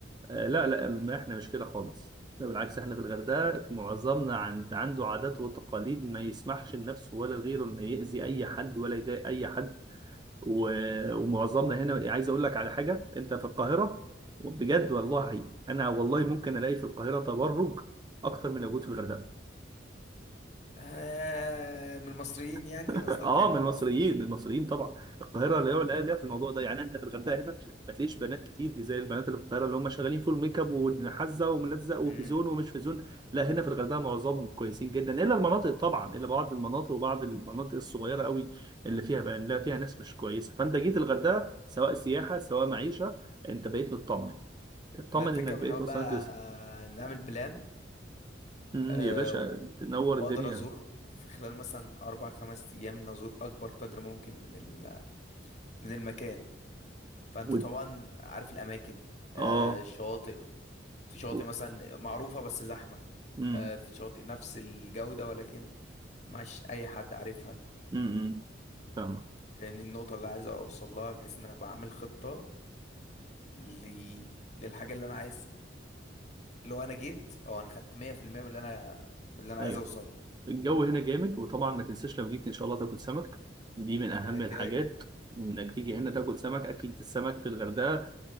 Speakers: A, on the right; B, on the left.
A: آه، لا لا ما احنا مش كده خالص لا، بالعكس احنا في الغردقه معظمنا عن- عنده عادات وتقاليد ما يسمحش لنفسه ولا لغيره انه يأذي اي حد ولا يضايق اي حد و- ومعظمنا هنا عايز اقول لك على حاجه انت في القاهره بجد والله انا والله ممكن الاقي في القاهره تبرج اكتر من اللي موجود في الغردقه
B: آه من المصريين يعني
A: <laughs>
B: قصدك
A: اه
B: كان لو
A: من المصريين
B: مصري
A: من المصريين طبعا القاهره اللي هو لا ليها في الموضوع ده يعني احنا في الغردقه هنا ما تلاقيش بنات كتير دي زي البنات اللي في القاهره اللي هم شغالين فول ميك اب وحزه وملزق وفي
B: امم
A: زون ومش في زون لا هنا في الغردقه معظمهم كويسين جدا الا المناطق طبعا الا بعض المناطق وبعض المناطق الصغيره قوي اللي فيها بقى يعني لا فيها ناس مش كويسه فانت جيت الغردقه سواء سياحه سواء معيشه انت بقيت مطمن اطمن
B: ما الفكرة
A: انك بقيت
B: بحاول
A: وصلت
B: بقى
A: لس-
B: نعمل بلان
A: أمم،
B: آه
A: يا باشا
B: و...
A: تنور
B: واقدر
A: الدنيا
B: ازور في خلال مثلا اربع خمس ايام نزور اكبر قدر ممكن من ال... من المكان فانت
A: و-
B: طبعا عارف الاماكن آه
A: اه
B: الشواطئ في شواطئ
A: و-
B: مثلا معروفة بس زحمة
A: امم
B: آه في شواطئ نفس الجودة ولكن مش اي حد عارفها
A: امم أمم. فاهمك
B: فاهمني النقطة اللي عايز اوصل لها بحيث ان انا بعمل خطة ل... للحاجة اللي انا عايز لو انا جيت او انا خدت 100% من اللي انا من اللي انا
A: ايوه
B: عايز اوصله
A: الجو هنا جامد وطبعا ما تنساش لو جيت ان شاء الله تاكل سمك دي من اهم
B: انا كده
A: الحاجات
B: كده
A: انك تيجي
B: كده
A: هنا تاكل سمك اكلة السمك في الغردقة